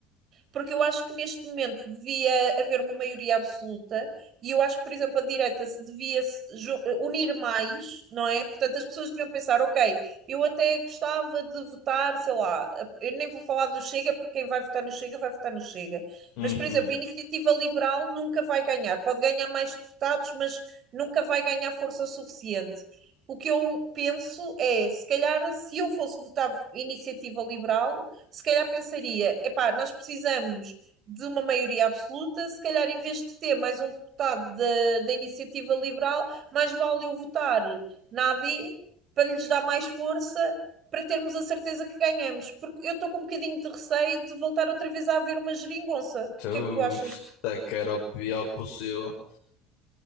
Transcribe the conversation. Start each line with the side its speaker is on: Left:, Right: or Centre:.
Right: porque eu acho que neste momento devia haver uma maioria absoluta e eu acho que, por exemplo, a direita se devia se ju- unir mais, não é? Portanto, as pessoas deviam pensar, ok, eu até gostava de votar, sei lá, eu nem vou falar do Chega, porque quem vai votar no Chega vai votar no Chega.
Left: Uhum.
Right: Mas, por exemplo, a iniciativa liberal nunca vai ganhar, pode ganhar mais deputados, mas nunca vai ganhar força suficiente. O que eu penso é, se calhar, se eu fosse votar iniciativa liberal, se calhar pensaria: epá, nós precisamos de uma maioria absoluta, se calhar em vez de ter mais um deputado da, da iniciativa liberal, mais vale eu votar na A D para lhes dar mais força para termos a certeza que ganhamos, porque eu estou com um bocadinho de receio de voltar outra vez a haver uma geringonça.
Left: Então,
Right: O que é que tu achas?
Left: isto é que era o pior possível.